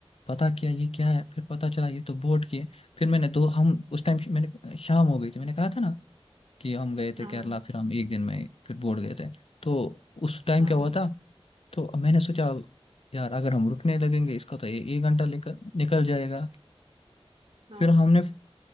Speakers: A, on the left; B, on the right.
A: पता किया ये क्या है फिर पता चला ये तो बोट की है फिर मैंने दो हम उस टाइम मैंने शाम हो गई थी मैंने कहा था ना कि हम गए थे
B: हाँ
A: केरला फिर हम एक दिन में फिर बोट गए थे तो उस टाइम
B: हाँ
A: क्या
B: हाँ
A: हुआ
B: हाँ
A: था तो मैंने सोचा यार अगर हम रुकने लगेंगे इसका तो ये एक घंटा निकल निकल जाएगा
B: हाँ,
A: फिर हमने